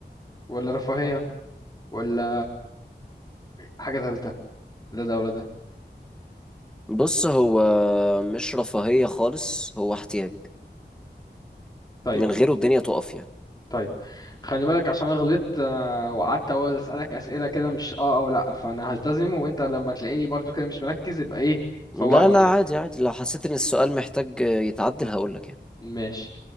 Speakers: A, on the left; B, in the centre.
A: ولا رفاهية ولا حاجة تالتة لا ده ولا ده
B: بص هو مش رفاهية خالص هو احتياج
A: طيب
B: من غيره الدنيا تقف يعني
A: طيب خلي بالك عشان أنا غلطت آه، وقعدت اقول اسالك اسئله كده مش اه او لا فانا هلتزم وانت لما تلاقيني برضو كده مش مركز يبقى ايه فوقني
B: لا لا
A: كده
B: عادي عادي لو حسيت ان السؤال محتاج يتعدل هقولك يعني
A: ماشي